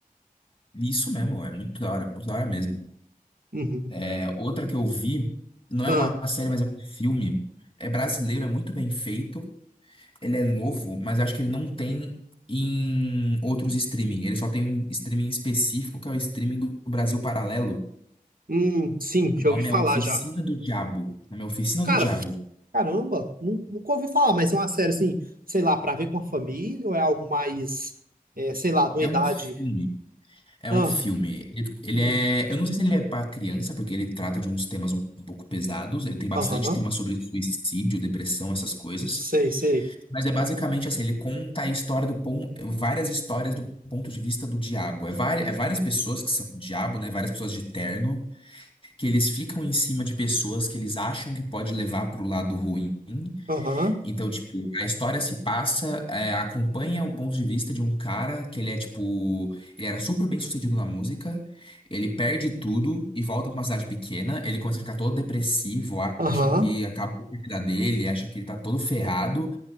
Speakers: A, on the left (about 35°); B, on the right (about 75°).
A: Isso mesmo, é muito da hora, muito da hora mesmo.
B: Uhum.
A: É, Outra que eu vi, não é
B: Ah,
A: uma série, mas é um filme. É brasileiro, é muito bem feito. Ele é novo, mas acho que ele não tem em outros streaming. Ele só tem um streaming específico, que é o streaming do Brasil Paralelo.
B: hum, sim,
A: O
B: já
A: nome
B: ouvi falar
A: é Oficina
B: já.
A: do Diabo. O nome é Oficina
B: Cara,
A: do Diabo.
B: caramba, nu- nunca ouvi falar, mas é uma série assim, sei lá, pra ver com a família ou é algo mais, é, sei lá, de uma
A: É
B: idade.
A: um filme. É
B: Ah,
A: um filme. Ele, ele
B: hum,
A: é. Eu não sei se ele é para criança, porque ele trata de uns temas um pouco pesados. Ele tem bastante
B: aham,
A: tema sobre suicídio, depressão, essas coisas.
B: sei, sei.
A: Mas é basicamente assim, ele conta a história do ponto, várias histórias do ponto de vista do diabo. É, vari- é várias pessoas que são o diabo, né? Várias pessoas de terno, que eles ficam em cima de pessoas que eles acham que pode levar pro lado ruim.
B: Aham,
A: Então, tipo, a história se passa, é, acompanha o ponto de vista de um cara que ele é tipo, ele era super bem sucedido na música, ele perde tudo e volta pra uma cidade pequena, ele começa a ficar todo depressivo,
B: aham,
A: acha que acabou a vida dele, acha que ele tá todo ferrado.